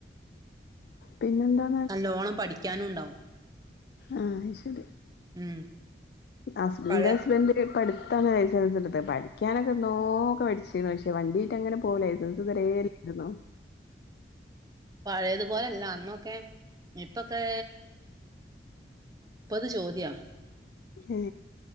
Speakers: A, on the left (about 60°); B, on the right (about 20°).
A: പിന്നെന്താ
B: നല്ലോണം പഠിക്കാനും ഉണ്ടാവും
A: ആഹ് അയ്ശെരി
B: ഉം
A: ഹസ്ബൻടിൻ്റ
B: പഴയ
A: ഫ്രണ്ട് പടുത്താണ് ലൈസൻസ് ഉടുത് പഠിക്കാനൊക്കെ നോക്കെ പഠിച്ചിരുന്നു പക്ഷേ വണ്ടീട്ട അങ്ങനെ പോക ലൈസൻസ് ഇതുവരെല്ലായിരുന്നു
B: പഴയതുപോലല്ല അന്നൊക്കെ ഇപ്പൊക്കെ ഇപ്പത് ചോദ്യയ
A: ഏ